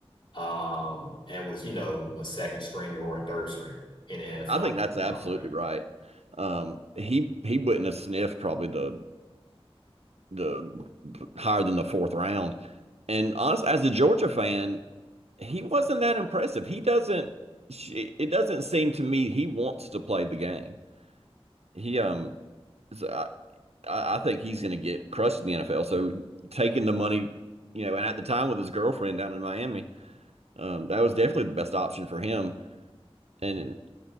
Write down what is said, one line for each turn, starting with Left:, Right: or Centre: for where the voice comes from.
Left: um, and was, you know, a second stringer or a third stringer in the NFL
Right: I think that's absolutely
Left: contract.
Right: right. Um, he he wouldn't have sniffed probably the the higher than the fourth round. And honestly, as a Georgia fan, he wasn't that impressive. He doesn't. sh- It doesn't seem to me he wants to play the game. He um, so I I I think he's going to get crushed in the NFL. So taking the money, you know, and at the time with his girlfriend down in Miami, um, that was definitely the best option for him. And